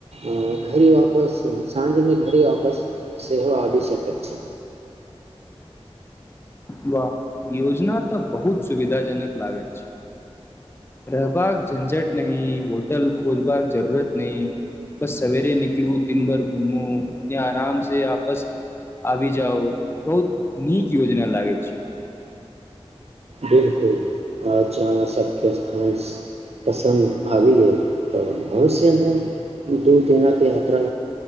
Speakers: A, on the right; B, on the left.
A: घड़ी वापस साँझमे घड़ी वापस सेहो आबि सकैत छै
B: वाह योजना तऽ बहुत सुविधााजनक लागे छै रहबाका झंझट नही होटल खोजबाक जरूरत नहीं बस सवेरे निकलु दिन भर घूमु य आराम से आपस आबि जाउ बहुत नीक योजना लागे छै
A: बिलकुल आ जहाँ सभके स्थान पसन्द आबि गेल तऽ भविष्यमे दू दिनक यात्रा